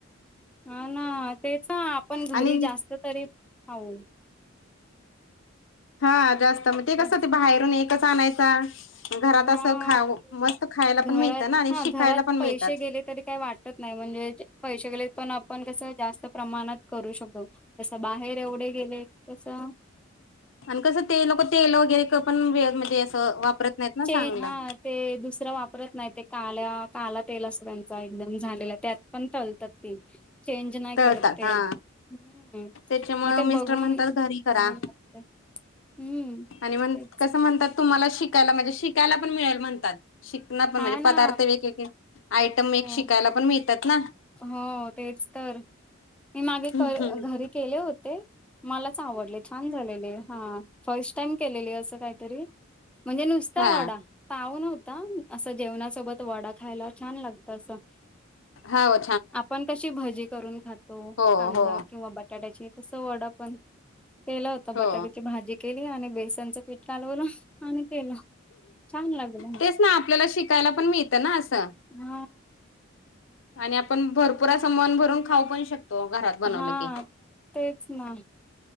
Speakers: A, in the centre; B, on the left.
A: हा ना तेच आपण
B: आणि
A: घरी जास्त तरी हो.
B: हा जास्त मग ते
A: पण
B: कसं ते बाहेरून एकच आणायच. घरात
A: हा
B: असं खा मस्त खायला
A: घरात
B: पण मिळतं ना आणि
A: हा
B: शिकायला
A: घरात
B: पण मिळतात.
A: पैसे गेले काही वाटत नाही म्हणजे पैसे गेले पण आपण कस जास्त प्रमाणात करू शकतो. बाहेर एवढे गेले कसं.
B: आणि कसं ते नक तेल वगैरे पण म्हणजे असं वापरत. नाहीत ना
A: चेज
B: चांगलं
A: हा ते दुसरां वापरत नाही. ते का काला तेल असत. त्यां एकदम झालेला त्यात पण तलतात ती चेंज नाही
B: तळतात
A: करत तेल
B: हा
A: हम्म
B: त्याच्यामुळे
A: मग ते
B: मिस्टर
A: बघून
B: म्हणतात
A: घान
B: घरी करा
A: वाटत. हम्म तेच.
B: आणि म्हण कसं म्हणतात तुम्हाला शिकायला म्हणजे शिकायला पण मिळेल म्हणतात शिक पण
A: हा
B: म्हणजे
A: ना
B: पदार्थ वेग आयटम एक
A: हो
B: शिकायला पण मिळतात ना?
A: हो तेच तर मी मागे
B: हम्म
A: क घरी केले होते. मलाच आवडले छान झालेले हा फर्स्ट टाइम केलेली असं काहीतरी, म्हणजे नुसता
B: हा
A: वडा. पाऊ नवता असं जेवणासोबत वडा खायला छान लागत असं!
B: हा अ
A: आपण कशी भजी करून खातो
B: हो
A: कांदा
B: हो
A: किंवा बटाट्याची तसं वडा पण केलं होत
B: हो.
A: बटाट्याची भाजी केली, आणि बेसनचं पीठ कालवलं आणि केलं. छान लागलं
B: तेच ना आपल्याला शिकायला पण मिळत ना असं.
A: हम
B: आणि आपण भरपुर अस मन भरून खाऊ पण शकतो. घरात बनवलं
A: हा
B: की.
A: तेच ना.